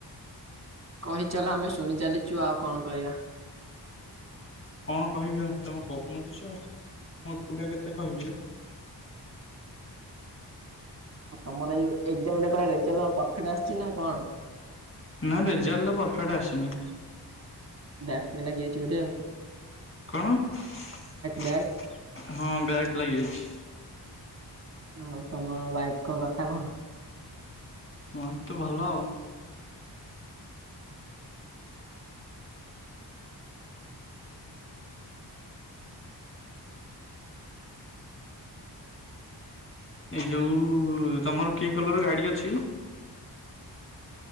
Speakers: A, on the right; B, on the left.
A: କହିଚଲ ଆମେ ଶୁଣି ଚାଲିଛୁ ଆଉ କଣ କରିବା?
B: କଣ କହିବି ଆଉ ତମେ କହୁନ କିଛି ଆଉ ମୁଁ ଏକୁଟିଆ କେତେ କହିବି ଯେ
A: <inaudible> ଆଉ ତମର ଏଇ ଏଜାମ ରେଜଲ୍ ପରଫେକ୍ଟ ଆସିଛି ନା କଣ?
B: ନା ରେଜଲ୍ଟ ପରଫେକ୍ଟ ଆସିନି
A: ବଗ ଫେକ ଗିଛି ବଧ
B: କଣ ହଁ
A: ବ୍ୟାକ୍
B: ବ୍ୟାଗ ଲାଗି ଯାଇଛି।
A: ଆଉ ତମ ୱାଇଫଙ୍କ କଥା କଣ?
B: ମ ବି ତେ ଭଲ ଆଉ ଏଇ ଯୋଉ ତମର କି କଲର ଗାଡି ଅଛି